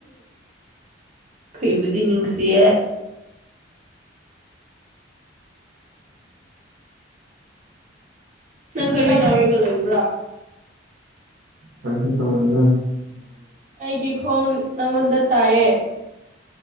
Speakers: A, on the right; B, on the right.
A: ꯑꯩꯕꯨꯗꯤ ꯅꯨꯡꯁꯤꯌꯦ ꯅꯪ ꯀꯔꯤ
B: ꯇ꯭ꯔꯥ
A: ꯇꯧꯔꯒ
B: <inaudible>
A: ꯂꯩꯕ꯭ꯔꯥ
B: ꯄꯩꯁ ꯇ ꯑꯣꯏꯒꯦ
A: ꯑꯩꯒꯤ ꯈꯣꯡ ꯅꯪꯉꯣꯟꯗ ꯇꯥꯛꯑꯦ